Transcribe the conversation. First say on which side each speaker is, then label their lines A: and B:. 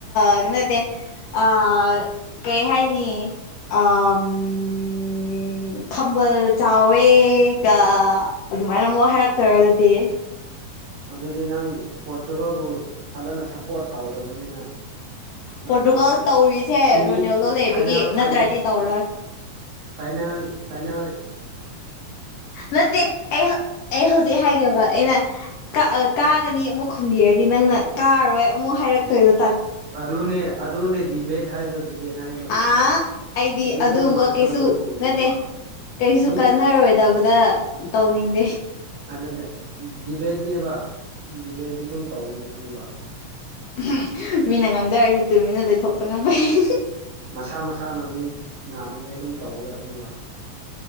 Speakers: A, on the left; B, on the right.
A: ꯑꯗꯨ ꯅꯠꯇꯦ ꯑꯥ ꯀꯩ ꯍꯥꯏꯅꯤ ꯑꯥꯝ ꯎꯝ ꯈꯝꯕꯜ ꯆꯥꯎꯋꯦꯒ ꯑꯗꯨꯃꯥꯏꯅ ꯑꯃꯨꯛ ꯍꯥꯏꯔꯛꯇꯣꯏꯔ ꯑꯗꯨꯗꯤ
B: ꯑꯗꯨꯗꯤ ꯅꯪ ꯄꯣꯔꯆꯇꯨꯒꯜꯕꯨ ꯐꯖꯅ ꯁꯞꯄꯣꯔꯠ ꯇꯧꯗꯕꯅꯤꯅ ꯅꯪꯅꯥ
A: ꯄꯣꯔꯇꯨꯒꯜ
B: ꯍꯧꯖꯤꯛ
A: ꯇꯧꯔꯤꯁꯦ
B: ꯁꯤꯃꯤ
A: ꯔꯣꯅꯦꯜꯗꯣ ꯂꯩꯕꯒꯤ
B: ꯐꯥꯏꯅꯦꯜ ꯐꯥꯏꯅ‌ꯦꯜ
A: ꯅꯠꯇ꯭ꯔꯗꯤ ꯇꯧꯔꯣꯏ
B: ꯐꯥꯏꯅꯥꯜ ꯐꯥꯏꯅꯥꯜ
A: ꯅꯠꯇꯦ ꯑꯩ ꯑꯩ ꯍꯧꯖꯤꯛ ꯍꯥꯏꯒꯦꯕ ꯑꯩꯅ ꯀꯥꯒꯅꯤ ꯑꯃꯨꯛ ꯈꯨꯝꯕꯤꯔꯗꯤ ꯅꯪꯅ ꯀꯥꯔꯣꯏ ꯑꯃꯨꯛ ꯍꯥꯏꯔꯛꯇꯣꯏꯗ
B: ꯑꯗꯨꯅꯦ ꯑꯗꯨꯅꯦ ꯗꯤꯕꯦꯠ ꯍꯥꯏꯗ ꯗꯤꯕꯦꯠ ꯍꯥꯏꯗꯣ
A: ꯑꯥ ꯑꯩꯗꯤ
B: ꯗꯤꯕꯦꯠꯇ
A: ꯑꯗꯨꯝꯕ
B: ꯅꯨꯡꯉꯥꯏꯕꯗꯣ
A: ꯀꯩꯁꯨ
B: ꯑꯗꯨꯒꯨꯝꯕꯗꯨꯅꯦꯕ
A: ꯅꯠꯇꯦ ꯀꯩꯁꯨ
B: ꯃꯤꯅ
A: ꯀꯠꯅꯔꯣꯏꯗꯕꯗ ꯇꯧꯅꯤꯡꯉ
B: ꯑꯗꯨꯅꯦ ꯗꯤꯕꯦꯠꯅꯦꯕ ꯗꯤꯕꯦꯠꯇꯤ ꯑꯗꯨꯝ ꯇꯧꯅꯦꯕꯕ
A: ꯎꯝ ꯃꯤꯅ ꯉꯥꯡꯗꯔꯁꯤ ꯑꯗꯨ ꯃꯤꯅ ꯂꯩꯊꯣꯛꯄꯅꯦ ꯃꯩ
B: ꯃꯁꯥ ꯃꯁꯥꯅ ꯑꯗꯨꯝ ꯉꯥꯝꯅꯤꯉꯥꯏ ꯑꯗꯨꯝ ꯇꯧꯒꯗꯕꯅꯤꯕ